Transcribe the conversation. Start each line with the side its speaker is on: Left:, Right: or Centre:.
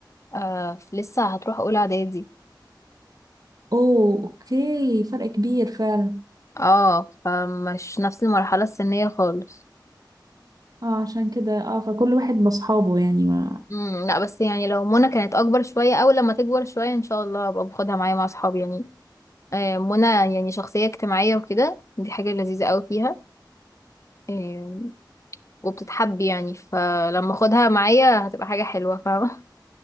Left: آه لسه هتروح اولى اعدادي
Right: اوه اوكي فرق كبير فعلا
Left: اه فمش نفس المرحلة السنية خالص
Right: اه عشان كده اه فكل واحد بصحابه يعني ما
Left: امم لا بس يعني لو منى كانت اكبر شويه او لما تكبر شويه ان شاء الله ابقى باخدها معايا مع اصحابي يعني آه، منى يعني شخصيه اجتماعيه وكده دي حاجه لذيذه قوي فيها آه، وبتتحب يعني فلما اخدها معايا هتبقى حاجه حلوه فاهمه